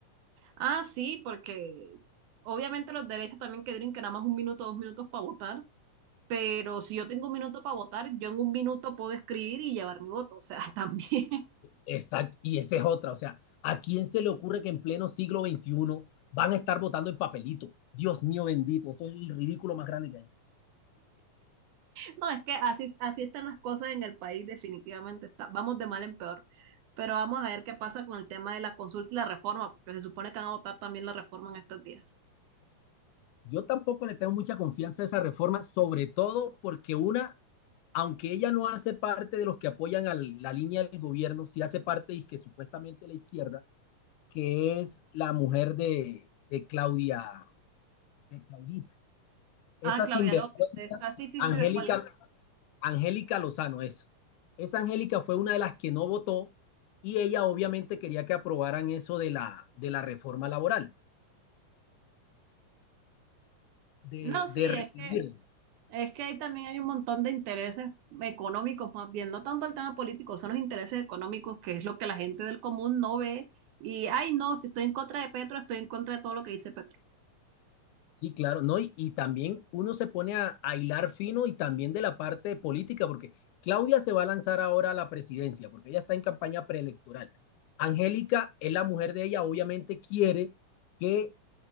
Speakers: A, on the right; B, on the left.
A: Ah, sí, porque obviamente los derechos también que que nada más un minuto, dos minutos para votar, pero si yo tengo un minuto para votar, yo en un minuto puedo escribir y llevar mi voto, o sea, <laughs> también.
B: Exacto, y esa es otra, o sea, ¿a quién se le ocurre que en pleno siglo XXI van a estar votando en papelito? Dios mío bendito, eso es el ridículo más grande que hay.
A: No, es que así, así están las cosas en el país, definitivamente está, vamos de mal en peor. Pero vamos a ver qué pasa con el tema de la consulta y la reforma, porque se supone que van a votar también la reforma en estos días.
B: Yo tampoco le tengo mucha confianza a esa reforma, sobre todo porque una, aunque ella no hace parte de los que apoyan a la línea del gobierno, sí hace parte y que supuestamente la izquierda, que es la mujer de, de Claudia, de Claudita. Esa
A: Ah, Claudia
B: sinvergüenza,
A: López, está, sí, sí,
B: Angélica,
A: sí, sé cuál es.
B: Angélica Lozano es. Esa Angélica fue una de las que no votó y ella obviamente quería que aprobaran eso de la, de la reforma laboral, de,
A: No,
B: de
A: sí,
B: recibir
A: es que Es que ahí también hay un montón de intereses económicos, más bien, no tanto el tema político, son los intereses económicos, que es lo que la gente del común no ve. Y, ay, no, si estoy en contra de Petro, estoy en contra de todo lo que dice Petro.
B: Sí, claro, ¿no? Y, y también uno se pone a, a hilar fino y también de la parte política, porque Claudia se va a lanzar ahora a la presidencia, porque ella está en campaña preelectoral. Angélica es la mujer de ella, obviamente quiere que,